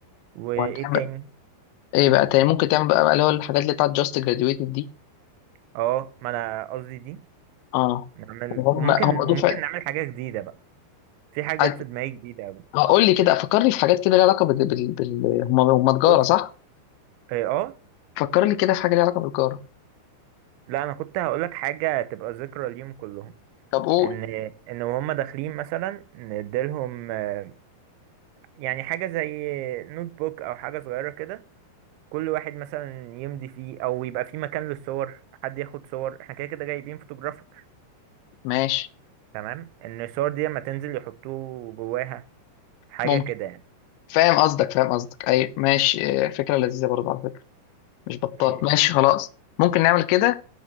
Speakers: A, on the right; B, on the left.
A: وإيه
B: وهتعمل
A: تاني
B: ايه بقى تاني ممكن تعمل بقى اللي هو الحاجات اللي بتاعت جاست جراديويتد دي
A: اه ما أنا قصدي دي
B: اه
A: نعمل
B: وهم
A: وممكن
B: هم
A: وممكن
B: دفعه
A: نعمل حاجة جديدة بقى في حاجة
B: عد-
A: جت في دماغي جديدة أوي
B: اه قول لي كده فكرني في حاجات كده ليها علاقه بال, بال... بال... هم هم تجاره
A: بص
B: صح؟
A: اه آه،
B: فكر لي كده في حاجه ليها علاقه بالتجاره
A: لا أنا كنت هقولك حاجة تبقى ذكرى ليهم كلهم
B: طب قول
A: ان ان وهم داخلين مثلا نديلهم آه، يعني حاجه زي نوت بوك او حاجه صغيره كده كل واحد مثلا يمضي فيه او يبقى فيه مكان للصور حد ياخد صور احنا كده كده جايبين فوتوغرافر
B: ماشي
A: تمام ان الصور دي لما تنزل يحطوه جواها حاجه
B: ممكن
A: كده يعني
B: فاهم قصدك فاهم قصدك اي ماشي آه، فكره لذيذه برضه على فكره مش بطال
A: إيه،
B: ماشي خلاص ممكن نعمل كده